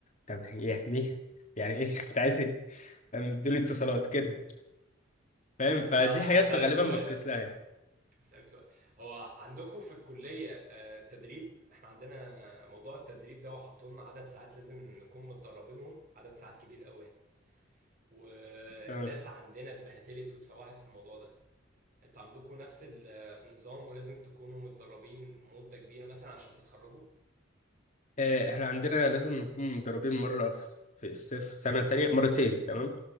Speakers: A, on the left; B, on the right.
A: طب يعني إيه؟ يعني ايه <laughs> انت عايز ايه؟ يدوني اتصالات كده فاهم
B: طب
A: فدي
B: هسألك
A: حاجات غالبا
B: سؤال
A: بفكس
B: بقى
A: لها يعني
B: هسألك سؤال هو عندكم في الكلية آه، تدريب احنا عندنا موضوع التدريب ده وحطوا لنا عدد ساعات لازم نكون متدربينهم عدد ساعات كبير قوي والناس
A: تمام
B: عندنا اتبهدلت واتسوحت في الموضوع ده انتوا عندكم نفس النظام ولازم تكونوا متدربين مدة كبيرة مثلا عشان تتخرجوا
A: آه، احنا عندنا لازم نكون متدربين مرة في الص- في الصيف سنة تانية مرتين تمام